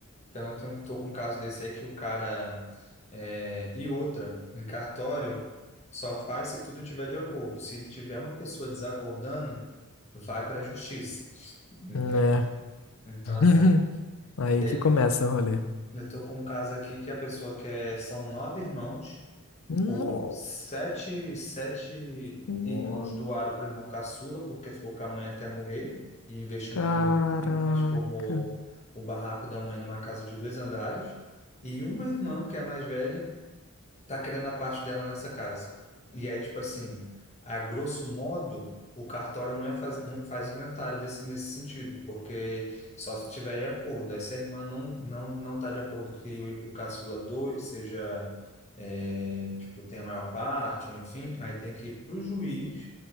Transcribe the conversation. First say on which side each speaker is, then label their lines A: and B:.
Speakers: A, on the left; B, on the left.
A: Então, eu tenho, tô com um caso desse aí que o cara... é, e outra, em cartório, só faz se tudo tiver de acordo. Se tiver uma pessoa desacordando, vai para a justiça. Entende?
B: É.
A: Então,
B: <laughs>
A: assim,
B: Aí
A: eu,
B: que começa o rolê.
A: eu tô com um caso aqui que a pessoa quer... São nove irmãos.
B: Nossa,
A: O sete, sete
B: senhora.
A: irmãos doaram para o irmão caçula, porque ficou com a mãe até morrer, e investiu
B: caraca.
A: na, e, e transformou o barraco da mãe numa casa de dois andares. E uma irmã, que é a mais velha, tá querendo a parte dela nessa casa. E aí, tipo assim, a grosso modo, o cartório não, é faz, não faz inventário desse, nesse sentido, porque só se tiver em acordo. Aí, se a irmã não, não, não tá de acordo que o, o caçula doe, seja, é, tipo, tenha a maior parte, ou enfim, aí tem que ir pro juiz,